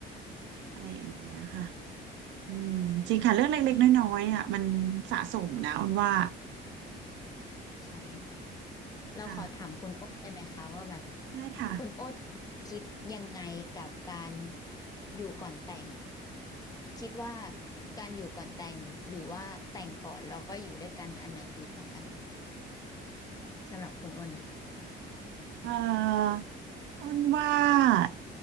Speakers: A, on the right; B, on the left.
A: อะไรอย่างเงี้ยค่ะอืมจริงค่ะเรื่องเล็กๆน้อยๆอ่ะมันสะสมนะอ้นว่า
B: นี้ใช่เราขอถามคุณอ้นได้ไหมคะว่าแบบ
A: ค่ะได้ค่ะ
B: คุณอ้นคิดยังไงกับการอยู่ก่อนแต่งคิดว่าการอยู่ก่อนแต่งหรือว่าแต่งก่อนแล้วก็อยู่ด้วยกันอันไหนดีกว่ากันสำหรับคุณอ้น
A: เอออ้นว่า